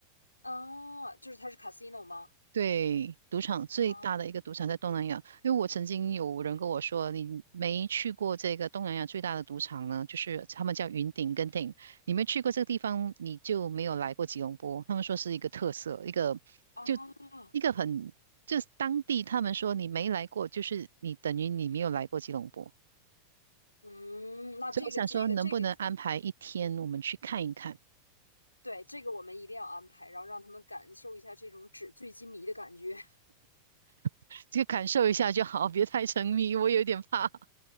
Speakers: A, on the left; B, on the right.
A: 啊，就是它是 casino 吗？
B: 对，赌场最大的一个赌场在东南亚，
A: 啊
B: 因为我曾经有人跟我说，你没去过这个东南亚最大的赌场呢，就是他们叫云顶跟顶，你没去过这个地方，你就没有来过吉隆坡。他们说是一个特色，一个就
A: 啊，
B: 一个很，就是当地他们说你没来过，就是你等于你没有来过吉隆坡。
A: 嗯，那这个这个这个，
B: 所以我想说，能不能安排一天我们去看一看，
A: 对，这个我们一定要安排，然后让他们感受一下这种纸醉金迷的感觉。
B: <laughs> 就感受一下就好，别太沉迷，我有点怕。<laughs>